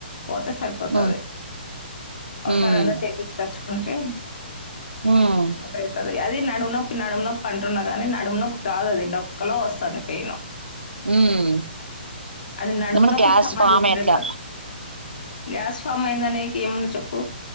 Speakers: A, on the left (about 50°); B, on the right (about 80°).
A: పోతే సరిపోతది
B: ఉమ్
A: అసార్
B: ఉమ్
A: అంద తెచ్చుకుంటే
B: ఉమ్
A: అదైతది అది నా నడుము నొప్పి నడుము నొప్పి అంటున్నా గాని నడుము నొప్పి కాదు అది డొక్కలో వస్తంది పెయిను
B: మ్మ్
A: అది నడుము
B: ఏమన్న
A: నొప్పికి
B: గ్యాస్
A: సంబంధించింది
B: ఫార్మేట్లా
A: కాదు గ్యాస్ ఫామ్ అయిందనేకి ఏముంది చెప్పు